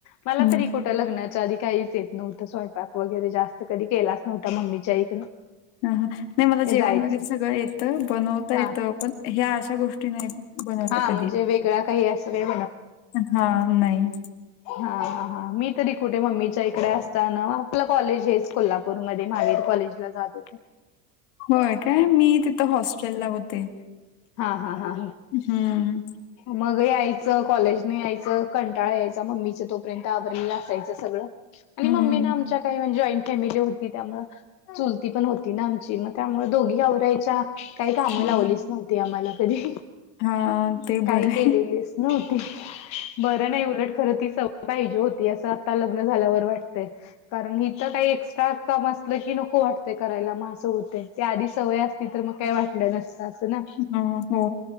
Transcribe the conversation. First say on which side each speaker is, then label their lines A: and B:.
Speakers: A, on the left; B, on the left.
A: मला
B: हं.
A: तरी कुठं लग्नाच्या आधी काहीच येत नव्हतं. स्वयंपाक वगैरे जास्त कधी केलाच नव्हता. मम्मीच्या इकडं.
B: ह हा नाही मला जेवण
A: जायचं.
B: वगैरे सगळं येतं. बनवता
A: हां.
B: येतं. पण ह्या अशा गोष्टी नाही बनवल्या
A: हां
B: कधी.
A: म्हणजे वेगळा काही असं काही
B: हा नाही.
A: हा हा हां मी तरी कुठे मम्मीच्या इकडे असताना आपलं कॉलेज हेच कोल्हापूरमध्ये महावीर कॉलेज जात होते.
B: होय काय मी तिथं हॉस्टेल ला होते.
A: हा हा हा
B: हं,
A: मग यायचं कॉलेजने यायचं कंटाळा यायचा मम्मीच तोपर्यंत आवरला असायचं सगळं आणि
B: हं.
A: मम्मी ना आमच्या काही म्हणजे फॅमिली होती त्यामुळे चुलती पण होती ना आमची मग त्यामुळे दोघी आवरायच्या काही कामं
B: मग
A: लावलीच नव्हती आम्हाला कधी
B: हां, ते
A: काय
B: बरं आहे.
A: केलेलीच नव्हती बरं नाही उलट खर ती सवय पाहिजे होती असं आता लग्न झाल्यावर वाटतंय. कारण हिथं काही एक्स्ट्रा काम असलं की नको वाटते करायला मग असं होते. ते आधी सवय असतील तर मग काही वाटलं नसतं असं ना
B: हा हो